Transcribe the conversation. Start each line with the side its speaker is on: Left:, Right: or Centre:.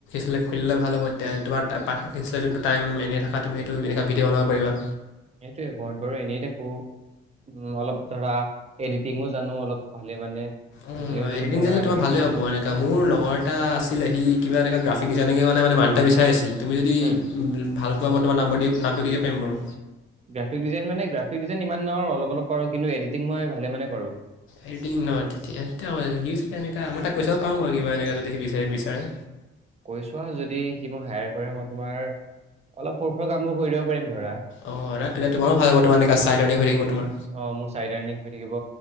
Left: তুমি খুলিলে ভাল হ'ব। তে তোমাৰ পাৰ্থ পছিলে যোনটো টাইম এনেই থাকা তুমি সেইটো এনেকৈ ভিডিঅ বনাব পাৰিবা।
Right: সেইটোয়ে ঘৰত বাৰু এনেই থাকো উ অলপ ধৰা এডিটিঙো জানো অলপ ভালে মানে। সেইখিনিও
Left: উম
Right: যদি
Left: এডিটিং
Right: ধৰা
Left: জানিলে
Right: এনেকে
Left: তোমাৰ ভালে
Right: দি থাকো
Left: হ'ব এনেকা মোৰ লগৰ এটা আছিলে সি কিবা এ গ্ৰাফিক না মানে মানুহ এটা বিছাই আহিছিল। তুমি যদি
Right: উম
Left: ভাল পোৱা মতে তোমাৰ নাম্বাৰ দিয়া নামটো দিয়া পেম্বৰ
Right: গ্ৰাফিক ডিজাইন মানে গ্ৰাফিক ডিজন ইমান ন অলপ পাৰু কিন্তু এডিটং মই ভালে মানে পাৰোঁ।
Left: এডিটিং নহয় তেতিয়া হ'লে সিউ চাগে এনেকা মই তাক কৈ চাব পাৰোঁ বাৰু কিবা এনেক যদি সি বিচাৰে বিচাৰে।
Right: কৈছোৱা যদি সি মোক হায়াৰ কৰে মই তোমাৰ অলপ সৰুসুৰা কাম বোৰ কৰি দিব পাৰিম। ধৰা
Left: অ এতিয়া তোমাৰো ভাল হ'ব তোমাৰনে চাই টৈডিং হৈ থাকিব তোমাৰ।
Right: অ মোৰ চাইড টেৰ্নিং হৈ থাকিব